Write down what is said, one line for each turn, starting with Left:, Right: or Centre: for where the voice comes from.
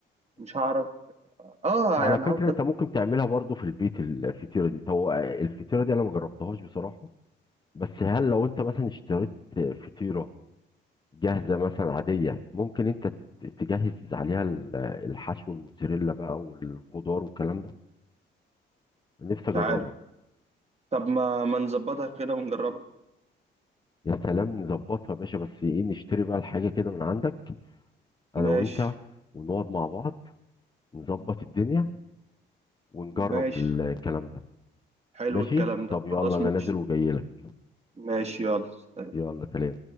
Right: ومش هعرف اه
Left: وعلى
Right: يعني
Left: فكره
Right: هفضل
Left: انت ممكن تعملها برضو في البيت الفطيره دي طب الفطيره دي انا ما جربتهاش بصراحه بس هل لو انت مثلا اشتريت فطيره جاهزه مثلا عاديه ممكن انت ت- تجهز عليها ال- الحشو الموتزاريلا بقى والخضار والكلام ده نفسي اجربها
Right: مش عارف طب ما ما نظبطها كده ونجربها
Left: يا سلام نظبطها يا باشا بس ايه نشتري بقى الحاجه كده من عندك انا
Right: ماشي
Left: وانت ونقعد مع بعض نظبط الدنيا ونجرب
Right: ماشي
Left: الكلام ده
Right: حلو
Left: ماشي
Right: الكلام ده
Left: طب يلا
Right: خلاص
Left: انا
Right: ماشي
Left: نازل وجاي لك
Right: ماشي يلا سلام.
Left: يلا سلام